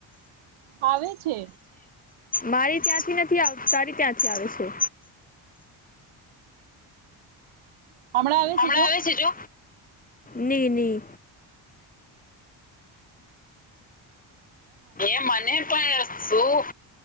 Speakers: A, on the right; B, on the left.
A: આવે છે
B: મારી ત્યાંથી નથી આવ તારી ત્યાંથી આવે છે.
A: હમણાં આવે
B: હમણા
A: જો
B: છે ની ની એ મને પણ શું?